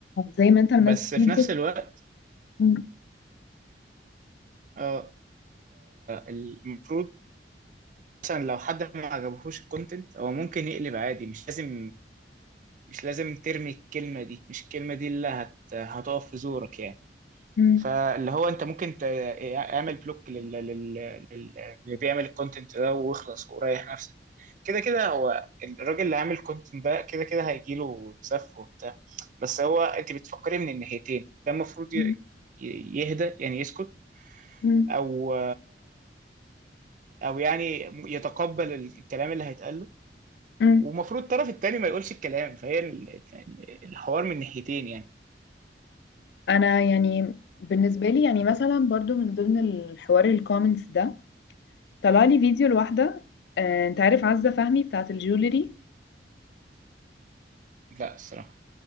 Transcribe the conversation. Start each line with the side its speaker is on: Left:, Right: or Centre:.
Left: زي ما انت منزل
Right: بس
Left: فيديو
Right: في نفس الوقت
Left: م-
Right: اه المفروض مثلا لو حد ما عجبهوش الكونتنت هو ممكن يقلب عادي مش لازم مش لازم ترمي الكلمة دي مش الكلمة دي اللي هت هتقف في زورك يعني
Left: م-
Right: فاللي هو انت ممكن ت- اعمل بلوك لل... لل... لل... اللي بيعمل الكونتنت ده واخلص وريح نفسك كده كده هو الراجل اللي عامل كونتنت ده كده كده هيجيله سف وبتاع بس هو انت بتفكري من الناحيتين ده المفروض
Left: م-
Right: ي- يهدى يعني يسكت
Left: م-
Right: او او يعني يتقبل الكلام اللي هيتقال له
Left: م-
Right: ومفروض الطرف التاني ما يقولش الكلام فهي ال- ال- الحوار من ناحيتين يعني
Left: انا يعني بالنسبه لي يعني مثلا برضو من ضمن الحوار الكومنتس ده طلع لي فيديو لواحده آه، انت عارف عزه فهمي بتاعه الجولري
Right: لا الصراحة